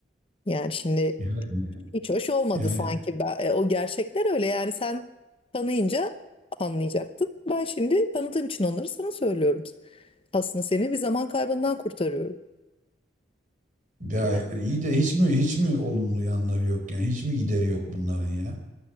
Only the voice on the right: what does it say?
Yani,
yani
Ya
iyi de hiç mi hiç mi olumlu yanları yok yani hiç mi gideri yok bunların ya?